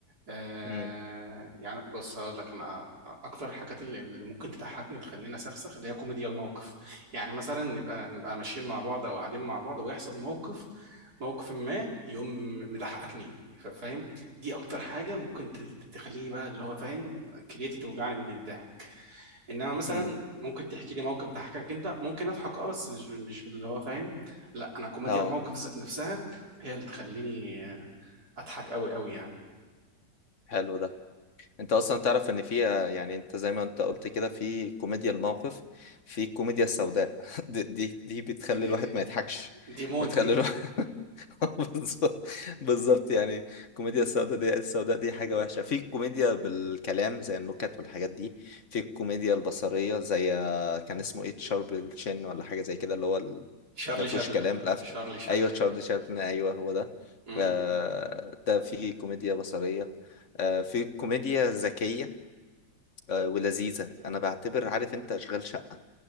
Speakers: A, on the right (about 70°); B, on the left (about 50°).
A: آه
B: امم
A: يعني بص هقول لك انا اكتر الحاجات اللي اللي ممكن تضحكني وتخليني اسخسخ اللي هي كوميديا الموقف يعني مثلا نبقى نبقى ماشيين مع بعض او قاعدين مع بعض ويحصل موقف موقف ما يقوم مضحكني ف- فاهم دي اكتر حاجه ممكن ت- ت- تخليني بقى اللي هو فاهم كليتي توجعني من الضحك انما مثلا
B: امم
A: ممكن تحكي لي موقف ضحكك انت ممكن اضحك اه بس مش مش اللي هو فاهم لا انا كوميديا
B: اه
A: الموقف ذات نفسها هي اللي تخليني اضحك قوي قوي يعني
B: حلو ده انت اصلا تعرف ان في آه، يعني انت زي ما انت قلت كده في كوميديا الموقف في الكوميديا السوداء <laughs> دي دي, دي بتخلي
A: دي دي
B: الواحد
A: دي
B: ما يضحكش
A: دي موت
B: بتخلي
A: دي
B: الواحد <laughs> بالظبط بالظبط يعني الكوميديا السوداء دي السوداء دي حاجة وحشة في الكوميديا بالكلام زي النكت والحاجات دي في الكوميديا البصرية زي آه، كان اسمه ايه تشارب الشن ولا حاجة زي كده اللي هو
A: شارلي
B: ما فيهوش
A: شابلن
B: كلام القفله
A: شارلي شابلن
B: ايوه تشارلي شابلن ايوه هو ده
A: امم
B: آه، ده في كوميديا بصريه آه، في كوميديا ذكيه آه، ولذيذه انا بعتبر عارف انت اشغال شقه